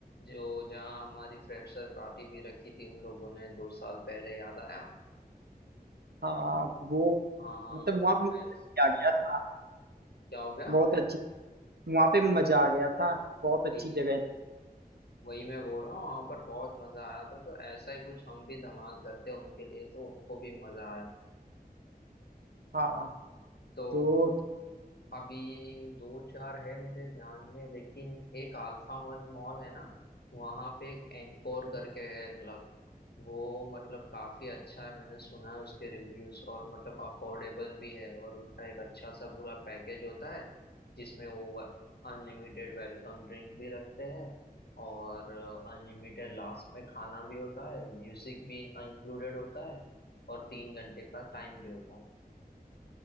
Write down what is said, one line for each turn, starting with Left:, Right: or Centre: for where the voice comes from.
Left: जो जहाँ हमारी फ्रेशर पार्टी भी रखी थी उन लोगों ने दो साल पहले याद आया
Right: हाँ वो
Left: हाँ
Right: मतलब वहाँ पे मजा
Left: वैसे
Right: आ गया था
Left: क्या हो गया
Right: बहुत अच्छी वहाँ पे मजा आ गया था बहुत
Left: वही
Right: अच्छी जगह है
Left: वही मैं बोल रहा हूँ वहां पर बहुत मजा आया था तो ऐसा ही कुछ हम भी धमाल करते हैं उनके लिए तो उनको भी मजा आए
Right: हाँ
Left: तो
Right: तो
Left: अभी दो चार है मेरे ध्यान में लेकिन एक अल्फा वन मॉल है ना वहां पे एक एनकोर करके है क्लब वो मतलब काफी अच्छा है मैंने सुना है उसके रिव्यूज और मतलब अफोर्डेबल भी है और उनका एक अच्छा सा पूरा पैकेज होता है जिसमें वो अनलिमिटेड वेलकम ड्रिंक भी रखते हैं और अनलिमिटेड लास्ट में खाना भी होता है म्यूजिक भी इंक्लूडेड होता है और तीन घंटे का टाइम भी होता है